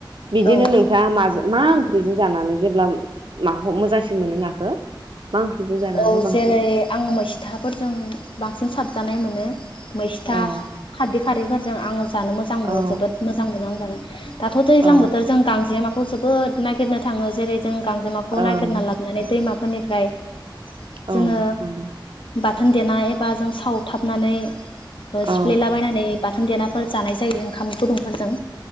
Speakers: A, on the right; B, on the left.
A: बिदिनो
B: औ
A: नोंथाङा मजो मा ओंख्रिजों जानानै जेब्ला माखौ मोजांसिन मोनो नाखो? मा ओंख्रिजों जानानै
B: औ
A: बांसिन?
B: जेरै आं मैस्थाफोरजों बांसिन साबजानाय मोनो। मैस्था
A: औ
B: खाददै खारैफोर जों आङो जानो मोजां मोनो
A: औ
B: जोबोद मोजां मोनो आं जानो। <inaudible> दाथ' दैज्लां
A: औ
B: बोथोर जों गांजेमा खौ जोबोद नागिरनो थाङो । जेरै जों गांजेमाखौ
A: ओं
B: नागिरना लाबनानै दैमा फोरनिफ्राय जोङो
A: औ नंगौ
B: बा थोन देनाय एबा जों सावथाबनानै ओ
A: औ
B: सिफ्लेलाबायनानै बाथोन देना फोर जानाय जायो ओंखाम गुदुंफोरजों